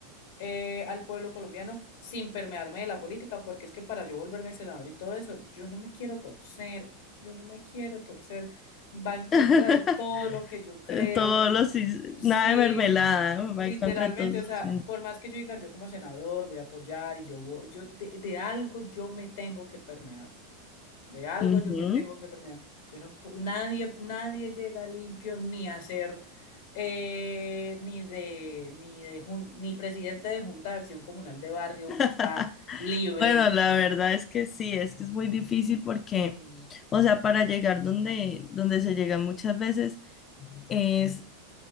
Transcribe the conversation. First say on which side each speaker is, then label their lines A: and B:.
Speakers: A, on the left; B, on the left.
A: eh, al pueblo colombiano sin permearme de la política, porque es que para yo volverme senador y todo eso, yo no me quiero torcer, yo no me quiero torcer, va en contra
B: <laughs>
A: de todo lo que yo creo,
B: En Todos los... is-
A: sí,
B: Nada de mermelada,
A: literalmente,
B: va en contra de todos
A: o sea,
B: sus...
A: por más que yo diga yo como senador voy a apoyar y yo voy, yo de, de algo yo me tengo que permear. De algo
B: Ujú.
A: yo me tengo que permear. Yo no, pu- nadie, nadie llega limpio ni a ser eh, ni de, ni de jun- ni presidente de Junta de Acción Comunal de Barrio,
B: <laughs>
A: uno está libre.
B: Bueno, la verdad es que sí, es que es muy difícil porque,
A: Mm,
B: o sea, para llegar donde, donde se llega muchas veces es